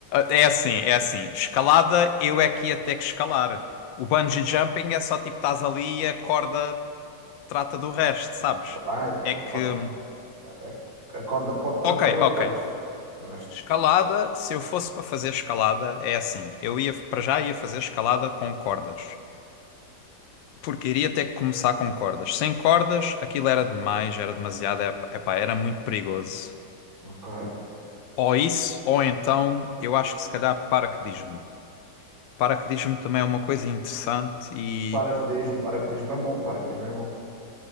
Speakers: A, on the left; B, on the right.
A: é assim, é assim. Escalada, eu é que ia ter que escalar. O bungee jumping é só tipo estás ali e a corda trata do resto, sabes?
B: <laughs> bem,
A: É
B: a
A: que.
B: corda, a, a corda pode tratar
A: Ok,
B: do
A: ok.
B: resto, mas
A: Escalada, se eu fosse para fazer escalada, é assim. Eu ia para já ia fazer escalada com cordas. Porque iria ter que começar com cordas. Sem cordas, aquilo era demais, era demasiado, é- epá, era muito perigoso.
B: Ok.
A: Ou isso, ou então, eu acho que se calhar paraquedismo. Paraquedismo também é uma coisa interessante e
B: Paraquedismo, paraquedismo é bom, paraquedismo é bom.